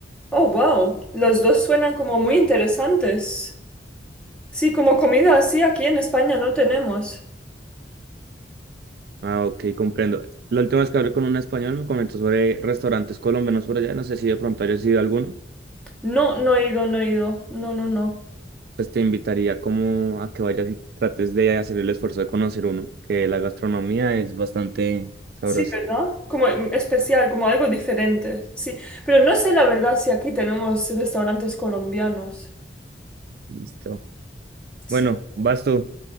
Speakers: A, in the centre; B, on the right.
A: Oh, wow. Los dos suenan como muy interesantes. Sí, como comida así aquí en España no tenemos.
B: Ah, ok, comprendo. La última vez que hablé con un español me comentó sobre restaurantes colombianos por allá. No sé si de pronto hayas ido a alguno.
A: No, no he ido, no he ido. No, no, no.
B: Pues te invitaría como a que vayas y trates de hacer el esfuerzo de conocer uno, que la gastronomía es bastante sabrosa.
A: Sí, ¿verdad? Como mm, especial, como algo diferente. Sí, pero no sé la verdad si aquí tenemos restaurantes colombianos.
B: Listo.
A: Sí.
B: Bueno, vas tú.